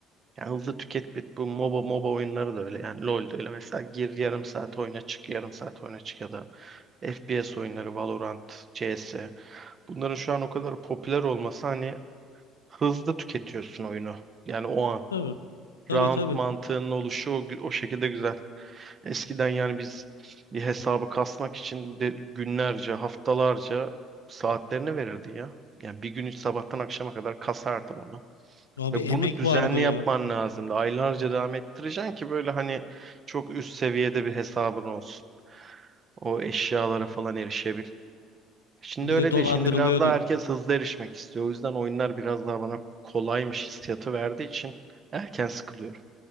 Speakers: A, on the right; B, on the left.
A: Ya hızlı tüket bit bu MOBA MOBA oyunları da öyle yani LoL de öyle. Mesela gir yarım saat oyna çık yarım saat oyna çık ya da FPS oyunları Valorant, CS. Bunların şu an o kadar popüler olması hani hızlı tüketiyorsun oyunu. Yani o an.
B: Tabii tabii
A: round
B: tabii.
A: mantığının oluşu o, gü- o şekilde güzel. Eskiden yani biz bir hesabı kasmak için de günlerce, haftalarca saatlerini verirdin ya. Yani bir gün sabahtan akşama kadar kasardın onu.
B: Abi
A: Ve
B: emek
A: bunu düzenli
B: vardı
A: yapman
B: ya.
A: lazımdı. Aylarca devam ettireceksin ki böyle hani çok üst seviyede bir hesabın olsun. O eşyalara falan erişebil. Şimdi
B: Bir
A: öyle
B: de dolandırılıyordun.
A: değil. Şimdi biraz daha herkes hızlı erişmek istiyor. O yüzden oyunlar biraz daha bana kolaymış hissiyatı verdiği için erken sıkılıyorum.